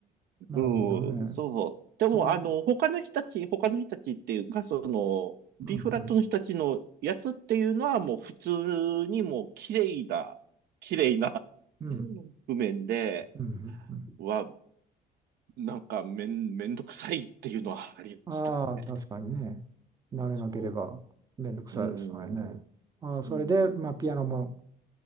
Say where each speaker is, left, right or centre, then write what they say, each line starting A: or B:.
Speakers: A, on the right; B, on the right.
A: なるほどね。
B: うん、そう。でも、
A: うん、
B: あの、
A: うん。
B: 他の人たち、他の人たちっていうか、その、
A: うん。
B: B フラットの人たちのやつっていうのはもう普通にもう綺麗だ、綺麗なうん譜面で、
A: うん。うん。
B: は、なんかめん、めんどくさいっていうのはありましたね。
A: ああー、確かにね。慣れなければめんどくさいですからね。
B: そう。うん。
A: ああ、それで、
B: うん。
A: まあ、ピアノも